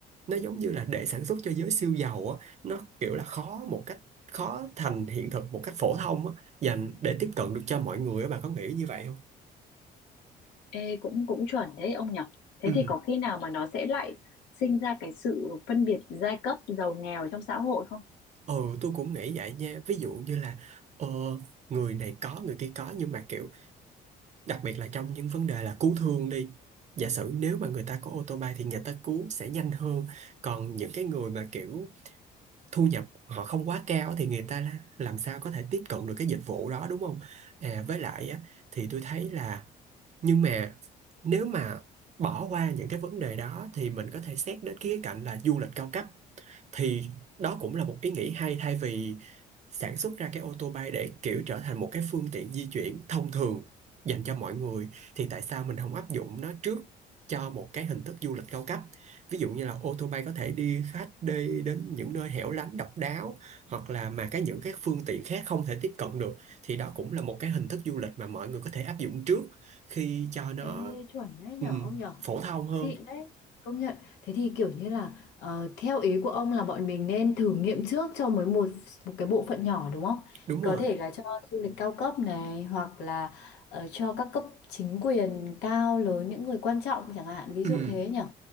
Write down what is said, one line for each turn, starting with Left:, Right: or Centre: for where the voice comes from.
Right: nó giống như là để sản xuất cho giới siêu giàu á nó kiểu là khó một cách khó thành hiện thực một cách phổ thông á dành để tiếp cận được cho mọi người á bà có nghĩ như vậy không
Left: ê cũng cũng chuẩn đấy ông nhở thế
Right: ừ
Left: thì có khi nào mà nó sẽ lại sinh ra cái sự phân biệt giai cấp giàu nghèo trong xã hội không
Right: ừ tôi cũng nghĩ vậy nha ví dụ như là ờ, người này có người kia có nhưng mà kiểu đặc biệt là trong những vấn đề là cứu thương đi giả sử nếu mà người ta có ô tô bay thì người ta cứu sẽ nhanh hơn còn những cái người mà kiểu thu nhập họ không quá cao thì người ta la- làm sao có thể tiếp cận được cái dịch vụ đó đúng không à, với lại á, thì tôi thấy là nhưng mà nếu mà bỏ qua những cái vấn đề đó thì mình có thể xét đến cái khía cạnh là du lịch cao cấp thì đó cũng là một ý nghĩ hay thay vì sản xuất ra cái ô tô bay để kiểu trở thành một cái phương tiện di chuyển thông thường dành cho mọi người thì tại sao mình không áp dụng nó trước cho một cái hình thức du lịch cao cấp ví dụ như là ô tô bay có thể đi khách đi đến những nơi hẻo lánh độc đáo hoặc là mà cái những cái phương tiện khác không thể tiếp cận được thì đó cũng là một cái hình thức du lịch mà mọi người có thể áp dụng trước khi cho nó
Left: Ê, chuẩn đấy nhở
Right: ừm,
Left: ông nhở
Right: phổ thông hơn
Left: xịn đấy công nhận thế thì kiểu như là ờ, theo ý của ông là bọn mình nên thử nghiệm trước cho mới một một cái bộ phận nhỏ đúng không
Right: đúng
Left: có
Right: rồi
Left: thể là cho du lịch cao cấp này hoặc là ờ, cho các cấp chính quyền cao lớn những người quan trọng chẳng hạn ví
Right: Ừm,
Left: dụ thế nhở